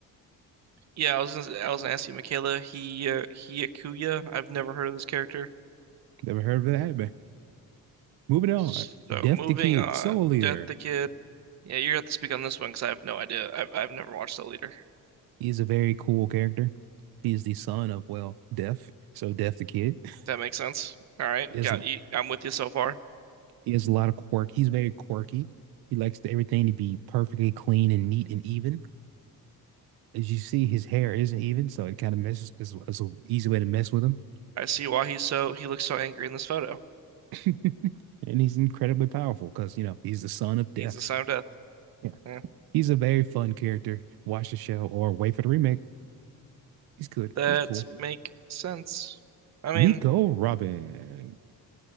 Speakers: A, on the right (about 45°); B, on the right (about 80°).
A: Yeah, I was gonna, I was gonna ask you, Michaela. He uh, he Akuya. I've never heard of this character.
B: Never heard of that anime. Moving on.
A: So
B: Deaf
A: moving
B: the Kid,
A: on,
B: Soul Leader.
A: Death the Kid. Yeah, you're gonna have to speak on this one because I have no idea. I've I've never watched The Leader.
B: He's a very cool character. He's the son of, well, Deaf. So Deaf the Kid. <laughs>
A: That makes sense. All right,
B: He has,
A: got you. I'm with you so far.
B: he has a lot of quirk. He's very quirky. He likes everything to be perfectly clean and neat and even. as you see, his hair isn't even, so it kind of messes. It's, it's an easy way to mess with him,
A: I see why he's so he looks so angry in this photo.
B: <laughs> and he's incredibly powerful because you know he's the son of
A: He's
B: death.
A: the son of death.
B: Yeah,
A: Yeah,
B: he's a very fun character. Watch the show or wait for the remake. He's good.
A: that
B: He's cool.
A: make sense. I mean,
B: Nico Robin.